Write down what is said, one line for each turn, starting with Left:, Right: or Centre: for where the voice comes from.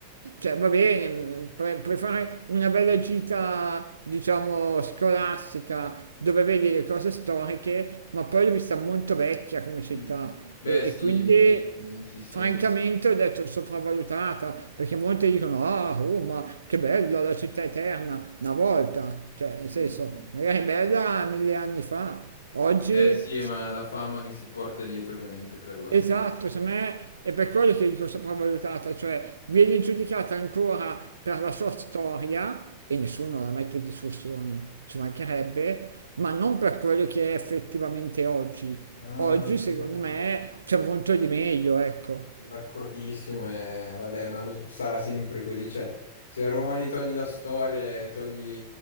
Right: cioè, va bene, pre- puoi fare una bella gita, diciamo, scolastica, dove vedi le cose storiche, ma poi l'ho vista molto vecchia come città
Left: mm, mm. Beh,
Right: e,
Left: sì,
Right: e quindi,
Left: sì, sì.
Right: francamente, ho detto sopravvalutata, perché molti dicono, ah, Roma, che bella, la città eterna, una volta, cioè, nel
Left: Mm,
Right: senso,
Left: mm.
Right: magari è bella mille anni fa, oggi
Left: Beh, sì, ma la fama che si porta dietro, ovviamente, per la storia.
Right: Esatto, secondo me è per quello che dico sopravvalutata, cioè viene giudicata ancora per la sua storia e nessuno la mette in discussione, ci mancherebbe, ma non per quello che è effettivamente oggi.
Left: No, no,
Right: Oggi,
Left: no, sono
Right: secondo
Left: d'accordo.
Right: me, c'è molto di meglio, ecco.
Left: D'accordissimo, e vabbè, ma lo- sarà sempre così. Cioè, se a Roma gli togli la storia e togli